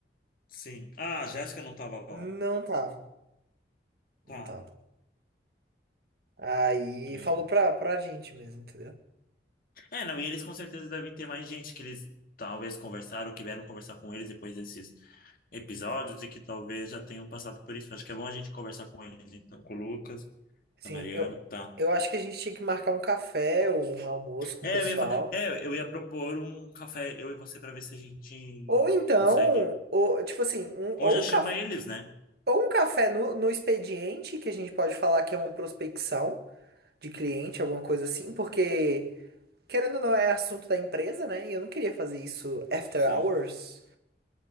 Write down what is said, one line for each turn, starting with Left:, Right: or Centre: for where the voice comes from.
Left: Sim. Ah, a Jéssica não tava lá.
Right: Não tava,
Left: Tá.
Right: não tava. Aí
Left: Meio.
Right: falou pra, pra gente mesmo, entendeu?
Left: É, não, e eles com certeza devem ter mais gente que eles talvez conversaram, que vieram conversar com eles depois desses episódios e que talvez já tenham passado por isso. Acho que é bom a gente conversar com eles, então, com o Lucas,
Right: Sim,
Left: a Mariana,
Right: eu,
Left: tá.
Right: eu acho que a gente tinha que marcar um café ou um almoço com
Left: É,
Right: o pessoal.
Left: eu ia, fa- é, eu ia propor um café, eu e você, pra ver se a gente
Right: Ou então,
Left: consegue.
Right: ou, tipo assim, um,
Left: Ou
Right: ou,
Left: já
Right: um
Left: chama
Right: caf,
Left: eles, né?
Right: ou um café no, no expediente, que a gente pode falar que é uma prospecção de cliente, alguma coisa assim, porque, querendo ou não, é assunto da empresa, né? E eu não queria fazer isso after
Left: Sim.
Right: hours.